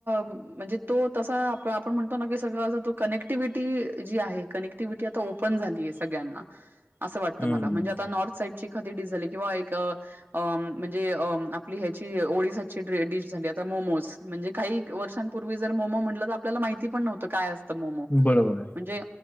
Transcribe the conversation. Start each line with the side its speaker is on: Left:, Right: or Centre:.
Right: म्हणजे तो तसा आ आपण म्हणतो ना की सगळं तो कनेक्टिव्हटी जी आहे कनेक्टिव्हिटी आता ओपन झाली आहे सगळ्यांना.
Left: <inaudible>
Right: असं वाटतं
Left: हं.
Right: मला म्हणजे आता नॉर्थ साईडची एखादी डिश झाली किंवा एक अ अ म्हणजे अ आपली ह्याची ओडिसाची डे डिश झाली आता मोमोज म्हणजे काही वर्षां पूर्वी जर मोमो म्हटल तर आपल्याला माहिती पण नव्हतं काय असतं मोमो
Left: बरोबर आहे,
Right: म्हणजे